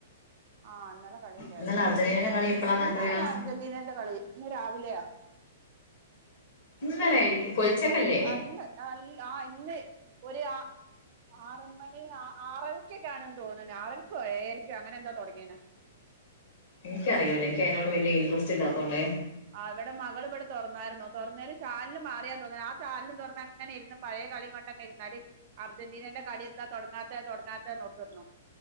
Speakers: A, on the right (about 50°); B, on the left (about 60°).
A: ആഹ് ഇന്നലെ കളി ഇണ്ടായിരുന്നു
B: ഇന്നലെ അർജന്റീനയുടെ
A: ഇന്ന്
B: കളി എപ്പളാന്ന്
A: ഇന്നേനി
B: ആർക്കറിയാ
A: അർജൻ്റീനേന്റെ കളി ഇന്ന് രാവിലെയാ
B: ഇന്നലെ ആയിരിക്കും പൊലച്ചക്കല്ലേ
A: അല്ല അല്ല ആഹ് ഇന്ന് ഒര് ആ ആറ് മണി ആഹ് ആറരയ്ക്കൊക്കെ ആണ് തോന്നണ് ആറരയ്‌ക്കോ ഏഴരക്കോ അങ്ങനെ എന്തോ തൊടങ്ങീണ്
B: എനിക്കറിയൂല്ല എനിക്ക് അതിനോട് വല്യ ഇൻട്രസ്റ്റ് ഇല്ലാത്തോണ്ട്
A: ആഹ് ഇവിടെ മകള് ഇവിടെ തൊറന്നായിരുന്നു തൊറന്നൊരു ചാനല് മാറിയാ തോന്ന് ആ ചാനലും തൊറന്നങ്ങനെ ഇര് പഴയ കളി കണ്ടങ്ങ് ഇരുന്നാല് അർജന്റീനെന്റെ കളി എന്താ തൊടങ്ങാത്തെ തൊടങ്ങാത്തെ <unintelligible>